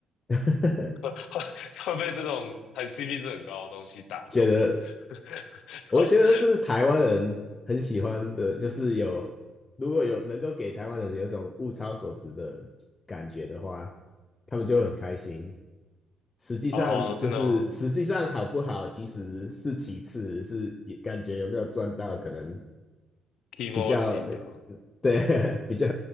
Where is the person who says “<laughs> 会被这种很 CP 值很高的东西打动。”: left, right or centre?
Left